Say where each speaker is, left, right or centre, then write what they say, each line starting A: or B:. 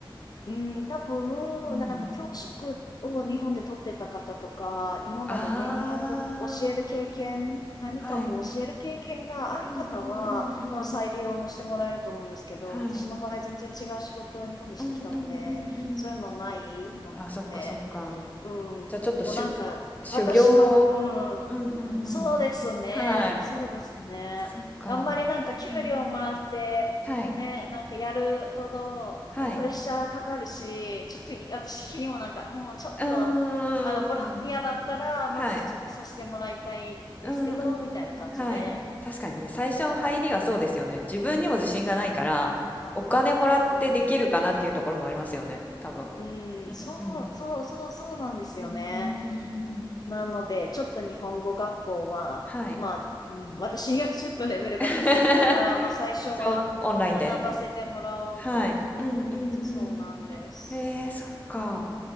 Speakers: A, on the left; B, on the left.
A: うん、多分、
B: うん。
A: なんか教職を日本で取ってた方とか、
B: うん。
A: 今までね、
B: あ
A: 日本語教える経験、何かこう教える経験がある方は、
B: あ、はい。うんうんうんうんうん。
A: あの採用もしてもらえると思うんですけど、
B: はい。
A: 私の場合全然違う仕事を日本でしてきたので、
B: うんうんうんうん。
A: そういうのないので、
B: あ、そっかそっか。
A: うん、
B: じゃあちょっとしゅ、
A: もうなんか、
B: 修行を。
A: 私の、うん、
B: うんうんうん。
A: そうですね。
B: はい。
A: そうですね。
B: そっか。
A: あんまりなんか給料もらって、
B: うんうん。はい。
A: ね、なんかやるほど、
B: はい。
A: いや、プレッシャーかかるし、ちょっとい私的にもなんか、もうんちょっと、
B: うーん。
A: あの、ボランティアだったら、まずちょっとさせてもらいたいですけど、
B: はい。うんうん。
A: みたいな感じで。
B: はい。確かにね、最初の入りはそうですよね。自分にも自信がないから、お金もらってできるかなっていうところもありますよね、
A: うん、
B: 多分。
A: うん、そう、
B: うん。
A: そう、そう、そうなんですよね。
B: うんうんうんうん。
A: なので、ちょっと日本語学校は、
B: はい。
A: まあ、うん、私にはちょっとレベルが高いから、
B: <laughs>
A: まあ最初は学ばせてもらおうと。
B: そう、オンラインで。はい。
A: うん、
B: うんうんう
A: そうなんです。
B: ん。へえ、そっか。